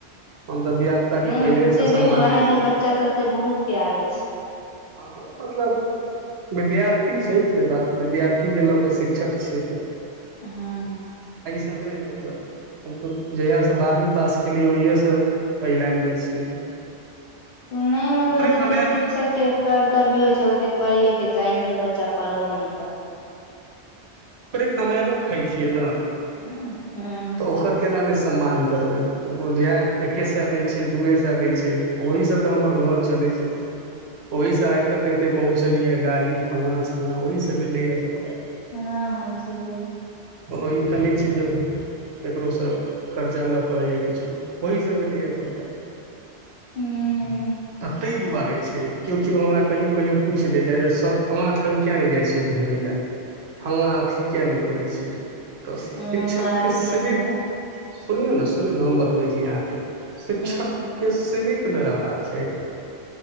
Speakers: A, on the right (about 65°); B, on the left (about 60°).
A: हम तऽ धिय पुता
B: नहि
A: के पहिले
B: नहि हम
A: से सम्मान
B: देखलहु अहाँके
A: करै छी
B: बच्चा सबसँ बहुत प्यार अछि
A: आ मतलब विद्यार्थी छै। से बात विद्यार्थी के लऽ कऽ शिक्षक छियै तऽ
B: हँ
A: त नइ मतलब हम तऽ जहिया सँ बारहवी पास केलियै ओहिए सँ एहि लाइन मै छियै
B: नइ मतलब
A: ओकरे
B: जते
A: कमायल
B: शिक्षक के कर्तव्य होइ छै। ओते करियो के चाही ने तऽ बच्चा पढ़बो न करतै
A: कमैलो खाय छियै न
B: हँ हँ
A: तऽ ओकर केना ने सम्मान करबै ओकर जएह एके सए दै छै। दुूए सए दै छै। ओहि सँ तऽ हमर घर चलै छै। ओहि सँ आइ तक कते पहुँचल यए गाड़ी फल्ला चिल्लाँ ओहि सँ भेलेया सभटा
B: हँ हॅ छेलै
A: कोनो ई तऽ नहि छै। जे ककरो सँ कर्जा लऽ कऽ या किछो ओही सँ भेलैए सभटा
B: हूँ
A: त तइ दुआरे केओ केओ हमरा कहियो कहियो पूछ दे छै। सर फलना ठान केिया ने जाय छ घूमेय ले फलना अथी किए नइ करै छै। तऽ शिक्षक
B: एहन बात
A: के सीमित
B: नहि है
A: सुनियौ ने सुनियौ ने हम बतबै छी अहाँ के शिक्षक
B: हूँ
A: के सीमित मे रहबाक चाही